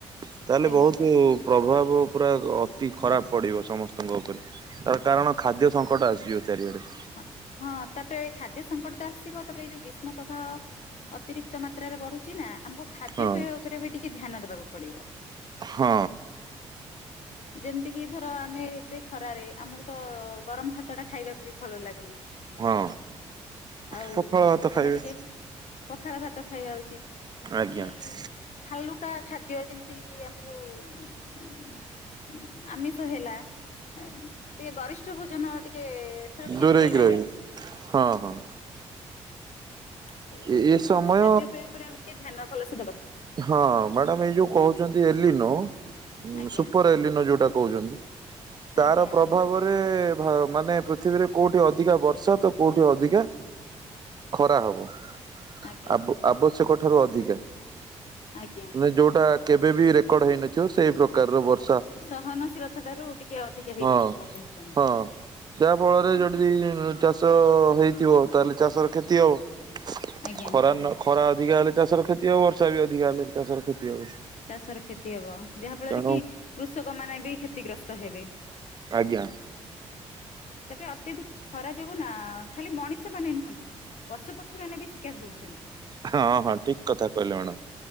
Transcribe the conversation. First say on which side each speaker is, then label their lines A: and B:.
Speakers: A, on the right (about 30°); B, on the left (about 60°).
A: ତାହେଲେ
B: ଆଜ୍ଞା
A: ବହୁତୁ ପ୍ରଭାବ ପୁରା ଅତି ଖରାପ ପଡ଼ିବ ସମସ୍ତଙ୍କ ଉପରେ, ତାର କାରଣ ଖାଦ୍ୟସଙ୍କଟ ଆସିଯିବ ଚାରିଆଡେ।
B: ହଁ ହଁ ତାପରେ ଖାଦ୍ୟ ସଙ୍କଟ ତ ଆସିବ ତାପରେ ଏଇ ଯୋଉ ଗ୍ରୀଷ୍ମ ପ୍ରବାହ ଅତିରିକ୍ତ ମାତ୍ରାରେ ବଢ଼ୁଛି ନା ଆମକୁ ଖାଦ୍ୟ
A: ହଁ
B: ପେୟ ଉପରେ ବି ଟିକେ ଧ୍ୟାନ ଦବାକୁ ପଡ଼ିବ।
A: ହଁ।
B: ଯେମିତିକି ଧର ଆମେ ଏତେ ଖରାରେ ଆମକୁତ ଗରମ୍ ଭାତଟା ଖାଇବାକୁ ବି ଭଲ ଲାଗୁନି।
A: ହଁ
B: ଆଉ
A: ପଖାଳ ଭାତ ଖାଇବେ।
B: ଆମେ ଟିକେ ପଖାଳ ଭାତ ଖାଇବା ଉଚିତ୍।
A: ହୁଁ
B: କି ହାଲୁକା ଖାଦ୍ୟ ଯେମିତିକି ଆମକୁ ହୁଁ ହୁଁ ଆମିଷ ହେଲା ଆ ଟିକେ ଗରିଷ୍ଠ ଭୋଜନ ଟିକେ ଠାରୁ ଟିକେ
A: ଦୂରେଇକି
B: ଦୂରେଇ ରହିବା
A: ରହିବେ
B: ଆଉ।
A: ହଁ ହଁ।
B: ଆଉ
A: ଏ ଏ ସମୟ
B: ଖାଦ୍ୟପେୟ ଉପରେ ଆଉ ଟିକେ ଧ୍ୟାନ ଭଲ ସେ
A: ହଁ ମ୍ୟାଡାମ ଏଇ ଯୋଉ କହୁଛନ୍ତି ଏଲିନୋ,
B: ଆଜ୍ଞା
A: ସୁପର୍ ଏଲିନୋ ଯୋଉଟା ଟା କହୁଛନ୍ତି ତାର
B: ଆଜ୍ଞା
A: ପ୍ରଭାବରେ
B: ଆଜ୍ଞା
A: ଭା ମାନେ ପୃଥିବୀରେ କୋଉଠି ଅଧିକା ବର୍ଷା ତ କୋଉଠି ଅଧିକା ଖରା ହବ।
B: ଆଜ୍ଞା
A: ଆବ-ଆବଶ୍ୟକ ଠାରୁ ଅଧିକା,
B: ଆଜ୍ଞା
A: ମାନେ ଯୋଉଟା କେବେ ବି ରେକର୍ଡ ହେଇନଥିବ ସେଇ ପ୍ରକାରର ବର୍ଷ୍
B: ସହନଶୀଳତା ଠାରୁ ଟିକେ ଅଧିକା ହେଇଯିବ
A: ହଁ
B: ଆପଣ କହୁଛନ୍ତି।
A: ହଁ। ଯାହା ଫଳରେ
B: ଆଜ୍ଞା
A: ଯଦି ଚାଷ ହେଇ ଥିବା ତାହେଲେ ଚାଷର କ୍ଷତି ହବ।
B: ଆଜ୍ଞା
A: ଖରା ନ ଖରା ଅଧିକା ହେଲେ ଚାଷର କ୍ଷତି ହବ ବର୍ ଷା ବି ଅଧିକା ଚାଷର କ୍ଷତି ହବ
B: ଚାଷର କ୍ଷତି ହବ ଯାହା ଫଳରେ
A: ତେଣୁ
B: କି କୃଷକ ମାନେ ବି କ୍ଷତିଗ୍ରସ୍ତ ହେବେ।
A: ଆଜ୍ଞା।
B: ତାପରେ ଅତ୍ୟଧିକ ଖରା ଯୋଗୁ ନା ଖାଲି ମଣିଷ ମାନେ ନୁହନ୍ତି ପଶୁ ପକ୍ଷୀ ମାନେ ବି ଶିକାର ହୋଉଚନ୍ତି।
A: ହଁ ହଁ ଠିକ୍ କଥା କହିଲେ ମାଡାମ୍।